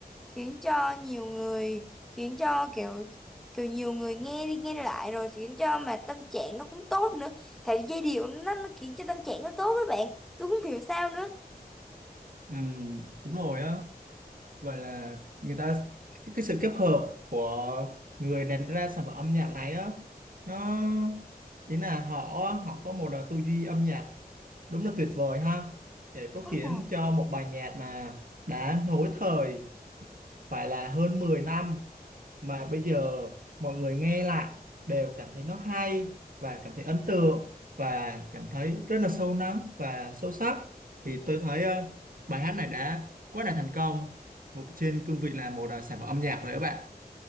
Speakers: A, in the centre; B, on the right.
A: khiến cho nhiều người, khiến cho kiểu kiểu nhiều người nghe đi nghe lại rồi khiến cho mà tâm trạng nó cũng tốt nữa. Tại vì giai điệu nó, nó khiến cho tâm trạng nó tốt đó bạn. Tôi cũng không hiểu sao nữa.
B: ừm, đúng rồi á Vậy là người ta cái, cái sự kết hợp của người làm ra sản phẩm âm nhạc này á nó ý là họ họ có một à, tư duy âm nhạc đúng là tuyệt vời ha để có khiến
A: Đúng rồi.
B: cho một bài nhạc mà đã nối thời phải là hơn 10 năm mà bây giờ mọi người nghe lại đều cảm thấy nó hay và cảm thấy ấn tượng và cảm thấy rất là sâu lắng và sâu sắc thì tôi thấy ờ, bài hát này đã quá là thành công trên cương vị là một ờ, sản phẩm âm nhạc rồi các bạn